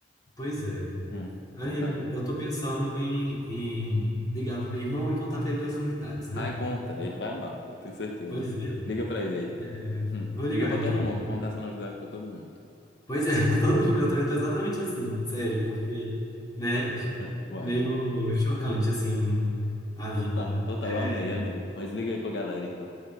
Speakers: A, on the left; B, on the left.
A: pois é.
B: Hum,
A: Amigo,
B: mas a
A: eu tô pensando em, em ligar pro meu irmão e contar pra ele as novidades, né?
B: Ai, conta, ele vai amar, eu tenho certeza.
A: Pois é.
B: Liga pra ele aí.
A: É,
B: Hum,
A: Vou ligar
B: liga pra
A: então.
B: todo mundo, conta essa novidade pra todo mundo.
A: Pois é, <laughs> pra todo mundo. Eu tô, eu tô exatamente assim, sério, porque, né?
B: Uai,
A: Meio
B: pô.
A: chocante, assim, a vida.
B: Total, total,
A: É,
B: eu amei, amei. Mas liga aí pra galera então.